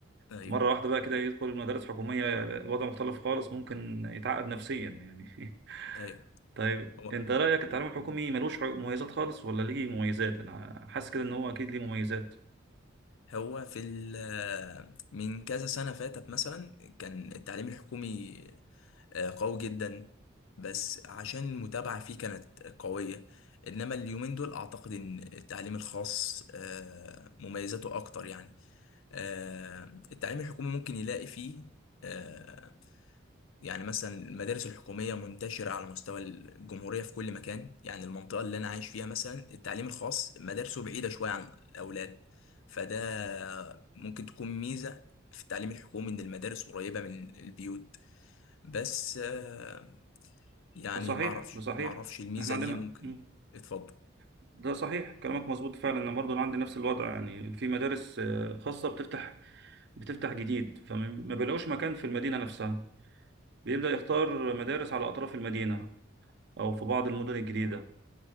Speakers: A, on the left; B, on the right.
A: ايوه
B: مرة واحدة بقى كده يدخل المدارس الحكومية وضع مختلف خالص ممكن يتعقد نفسيا يعني <laughs>
A: ايوه
B: طيب
A: هو
B: أنت رأيك التعليم الحكومي ملوش حق- مميزات خالص ولا ليه مميزات؟ أنا حاسس كده إن هو أكيد ليه مميزات
A: هو في ال- آه، من كذا سنة فاتت مثلا كان التعليم الحكومي آه، قوي جدا بس عشان المتابعة فيه كانت قوية انما اليومين دول اعتقد ان التعليم الخاص آه، مميزاته اكتر يعني آه، التعليم الحكومي ممكن يلاقي فيه آه، يعني مثلا المدارس الحكومية منتشرة على مستوى الجمهورية في كل مكان يعني المنطقة اللي أنا عايش فيها مثلا التعليم الخاص مدارسه بعيدة شوية عن الأولاد فده ممكن تكون ميزة في التعليم الحكومي إن المدارس قريبة من البيوت بس آه، يعني
B: ده صحيح
A: معرفش
B: ده صحيح
A: معرفش الميزة
B: إحنا عندنا
A: دي ممكن
B: مم.
A: اتفضل
B: ده صحيح كلامك مظبوط فعلا أنا برضه أنا عندي نفس الوضع يعني في مدارس آه، خاصة بتفتح بتفتح جديد فما بيلاقوش مكان في المدينة نفسها بيبدأ يختار مدارس على أطراف المدينة أو في بعض المدن الجديدة